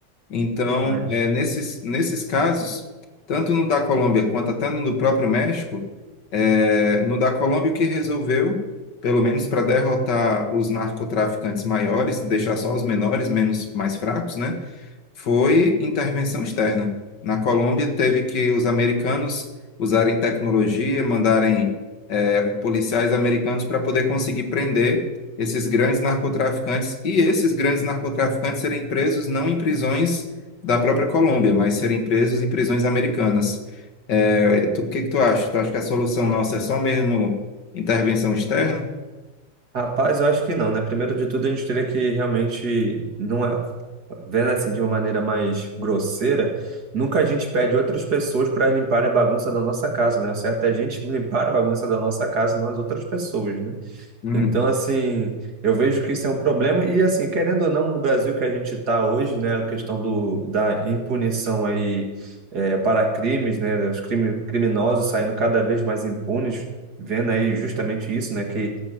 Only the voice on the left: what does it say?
Então,
é, nesses, nesses casos, tanto no da Colômbia quanto até no do próprio México, é, no da Colômbia o que resolveu, pelo menos para derrotar os narcotraficantes maiores, deixar só os menores, menos mais fracos, né? foi intervenção externa. Na Colômbia, teve que os americanos usarem tecnologia, mandarem eh, policiais americanos para poder conseguir prender esses grandes narcotraficantes e esses grandes narcotraficantes serem presos não em prisões da própria Colômbia, mas serem presos em prisões americanas. Eh, tu- O que que tu acha? Tu acha que a solução nossa é só mesmo intervenção externa?
Hum.